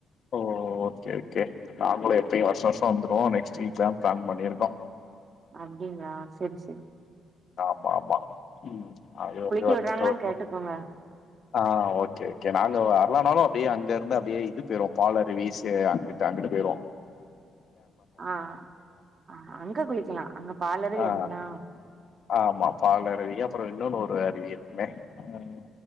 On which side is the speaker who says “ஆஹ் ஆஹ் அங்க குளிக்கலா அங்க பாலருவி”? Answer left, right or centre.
Right